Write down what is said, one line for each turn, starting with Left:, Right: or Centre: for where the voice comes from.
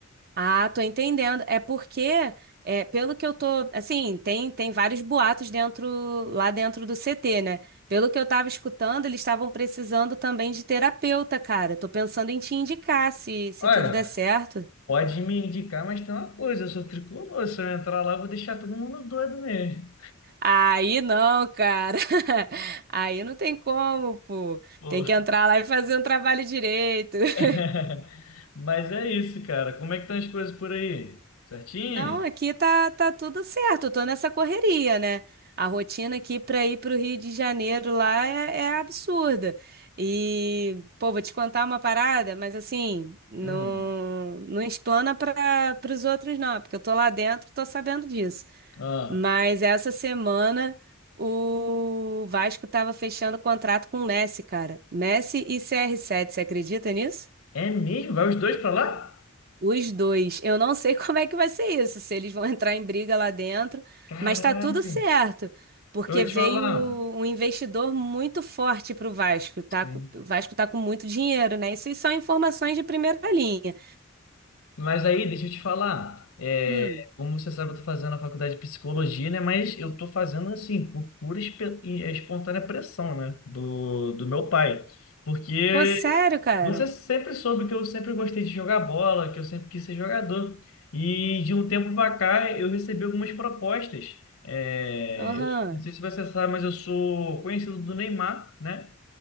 Right: Ah, tô entendendo. É porque, é, pelo que eu tô, assim, tem, tem vários boatos dentro, lá dentro do CT, né? Pelo que eu tava escutando, eles estavam precisando também de terapeuta, cara. Tô pensando em te indicar se, se
Left: Olha,
Right: tudo der certo.
Left: pode me indicar, mas tem uma coisa, eu sou tricolor, se eu entrar lá, eu vou deixar todo mundo doido mesmo.
Right: Aí não, cara. <laughs> Aí não tem como, pô.
Left: Pô,
Right: Tem que entrar lá e fazer um trabalho direito. <laughs>
Left: <laughs> Mas é isso, cara. Como é que estão as coisas por aí? Certinho?
Right: Não, aqui tá, tá tudo certo. Eu tô nessa correria, né? A rotina aqui para ir para o Rio de Janeiro lá é, é absurda. E, pô, vou te contar uma parada, mas assim, não,
Left: Hum.
Right: não explana para os outros, não, porque eu tô lá dentro, tô sabendo disso.
Left: Ah.
Right: Mas essa semana o Vasco tava fechando contrato com o Messi, cara. Messi e CR7, você acredita nisso?
Left: É mesmo? Vai os dois para lá?
Right: Os dois. Eu não sei <laughs> como é que vai ser isso, se eles vão entrar em briga lá dentro,
Left: Caraca.
Right: mas tá tudo certo, porque
Left: Eu vou
Right: veio
Left: te falar.
Right: um investidor muito forte pro Vasco, tá?
Left: Sim.
Right: com- O Vasco tá com muito dinheiro, né? Isso aí são informações de primeira linha.
Left: Mas aí, deixa eu te falar. É,
Right: Hum.
Left: como você sabe, eu tô fazendo a faculdade de psicologia, né? Mas eu tô fazendo assim, por pura espe- e- é, espontânea pressão, né? Do, do meu pai. Porque
Right: Pô, sério, cara?
Left: você sempre soube que eu sempre gostei de jogar bola, que eu sempre quis ser jogador. E de um tempo pra cá, eu recebi algumas propostas. É,
Right: Aham.
Left: eu não sei se você sabe, mas eu sou conhecido do Neymar, né?